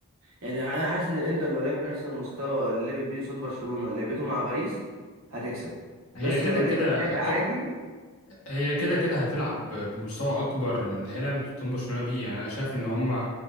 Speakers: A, on the right; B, on the left.
A: يعني انا حاسس ان الانتر لو لعب بنفس المستوى اللي لعبت بيه قصاد برشلونه لعبته مع باريس هتكسب
B: هي
A: بس
B: كده
A: لو لعبت
B: كده
A: لعبه
B: كده
A: عادي
B: هي كده كده هتلعب بمستوى اكبر من اللي هي لعبه قدام برشلونه بيه يعني انا شايف ان هم ال-